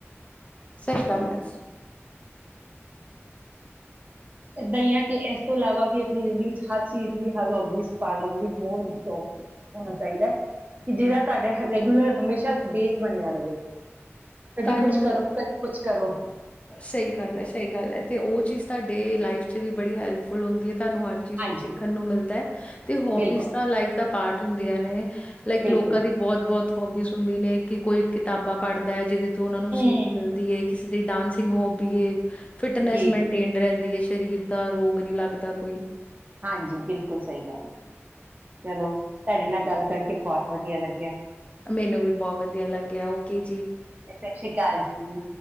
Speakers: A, on the left; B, on the right.
A: ਸਹੀ ਗੱਲ ਹੈ
B: ਇਏਦਾਂ ਹੀ ਆ ਕਿ ਇਸ ਤੋਂ ਇਲਾਵਾ ਵੀ ਆਪਣੀ ਜ਼ਿੰਦਗੀ ਚ ਹਰ ਚੀਜ਼ ਦੀ ਹਰ ਹੋਬੀ ਪਾਲਣ ਦੀ ਬਹੁਤ ਸ਼ੌਕ ਹੋਣਾ ਚਾਹੀਦਾ ਹੈ ਕਿ ਜਿਹੜਾ ਤੁਹਾਡੇ ਰੈਗੂਲਰ ਹਮੇਸ਼ਾ ਬੇਸ ਬਣਿਆ ਰਹੇ ਕਦੀ
A: ਤੁਹਾਨੂੰ
B: ਕੁਛ ਕਰੋ ਕਦੀ ਕੁਛ ਕਰੋ
A: ਸਹੀ ਗੱਲ ਹੈ ਸਹੀ ਗੱਲ ਹੈ ਤੇ ਉਹ ਚੀਜ਼ ਤੁਹਾਡੇ ਲਾਈਫ ਚ ਵੀ ਬੜੀ ਹੈਲਪਫੁਲ ਹੁੰਦੀ ਹੈ ਤੁਹਾਨੂੰ ਹਰ ਚੀਜ਼
B: ਹਾਂਜੀ
A: ਤੋਂ ਸਿੱਖਣ ਨੂੰ ਮਿਲਦਾ ਹੈ ਤੇ ਹੋਬੀਜ਼
B: ਬਿਲਕੁਲ
A: ਤਾਂ ਲਾਈਫ ਦਾ ਪਾਠ ਹੁੰਦੀਆਂ ਨੇ ਲਾਈਕ
B: ਬਿਲਕੁਲ
A: ਲੋਕਾਂ ਦੀ ਬਹੁਤ ਬਹੁਤ ਹੋਬੀ ਹੁੰਦੀ ਨੇ ਕਿ ਕੋਈ ਕਿਤਾਬਾਂ ਪੜ੍ਹਦਾ ਹੈ ਜਿਹਦੇ ਤੋਂ ਉਹਨਾਂ ਨੂੰ
B: ਹਮ
A: ਸੀੀਖ ਮਿਲਦੀ ਹੈ ਕਿਸੇ ਦੇ ਡਾਂਸ <unintelligible> ਫਿਟਨੈਸ
B: ਜੀ
A: ਮੇਨਟੇਨਡ
B: ਜੀ
A: ਰਹਿੰਦੀ ਹੈ ਸਰੀਰ ਦਾ ਰੋਗ ਨਹੀਂੀ ਲੱਗਦਾ ਕੋਈ
B: ਹਾਂਜੀ ਬਿਲਕੁਲ ਸਹੀ ਗੱਲ ਹੈ ਚਲੋ ਤੁਹਾਡੇ ਨਾਲ ਗੱਲ ਕਰਕੇ ਬਹੁਤ ਵਧੀਆ ਲੱਗਿਆ
A: ਮੈਨੂੰ ਵੀ ਬਹੁਤ ਵਧੀਆ ਲੱਗਿਆ ਉਹ ਕੀ
B: ਸਤਿ ਸ੍ਰੀ ਅਕਾਲ ਜੀ